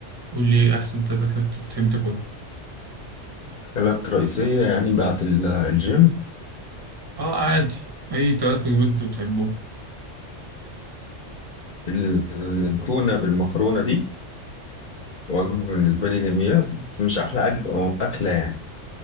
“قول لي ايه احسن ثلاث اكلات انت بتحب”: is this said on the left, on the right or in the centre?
Right